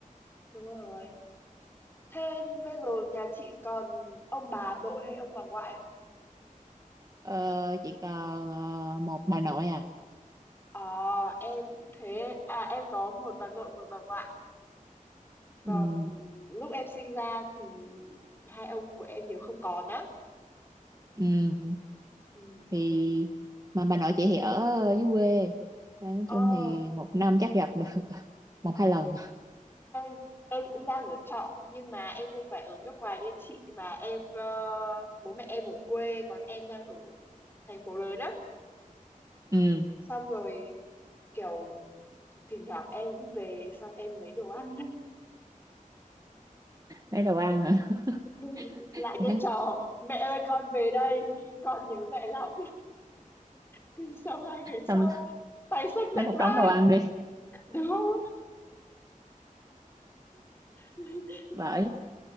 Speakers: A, on the left; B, on the right.
A: đúng rồi thế bây giờ nhà chị còn ông bà nội hay ông bà ngoại không
B: ờ, chị còn ờ, một bà nội à
A: ờ em cũng thế à em có một bà nội một bà ngoại còn
B: ừ,
A: lúc em sinh ra thì hai ông của em đều không còn á
B: ừ,
A: ừ.
B: thì mà bà nội chị thì ở dưới quê Nên nói
A: ờ
B: chung thì một năm chắc gặp được <laughs> một hai lần
A: em em cũng đang ở trọ nhưng mà em không phải ở nước ngoài như chị và em ờ, bố mẹ em ở quê còn em đang ở thành phố lớn á
B: ừ,
A: xong rồi kiểu thỉnh thoảng em cũng về xong em lấy đồ ăn
B: lấy đồ ăn hả
A: <laughs>
B: <laughs>
A: lại
B: Chị
A: cái
B: thấy
A: trò mẹ ơi con về đây con nhớ mẹ lắm <laughs> sau hai ngày sau
B: xong
A: tay xách
B: lấy
A: bánh
B: một
A: ba
B: đống đồ ăn đi
A: đúng <laughs>
B: bởi